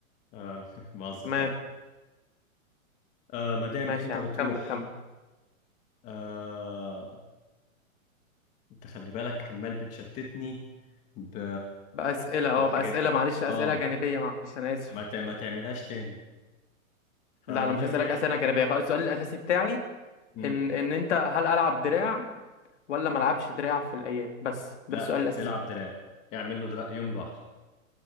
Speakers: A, on the left; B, on the left.
A: آه <laughs> بهزر
B: تمام
A: طبعا آه مادام
B: ماشي
A: انت
B: يا
A: بتروح
B: عم كمل كمل
A: آه انت خلي بالك عمال بتشتتني ب...
B: باسئله اه
A: بالحاجات
B: باسئله
A: دي
B: معلش اسئله
A: اه
B: جانبيه معلش انا اسف
A: ما, ت... ما تعملهاش تاني فالمهم
B: لا انا مش هسالك اسئله جانبيه خالص السؤال الاساسي بتاعي
A: يعني
B: ان ان انت هل العب دراع ولا ما العبش دراع في الايام بس ده
A: لا
B: السؤال الاساسي
A: العب
B: بتاعي
A: دراع اعمل له دراع يوم لوحده